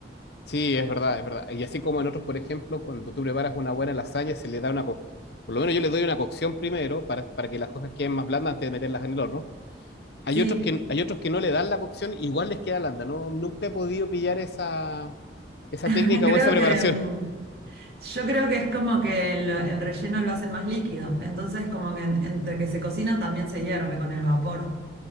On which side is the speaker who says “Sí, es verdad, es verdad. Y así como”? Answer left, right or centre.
Left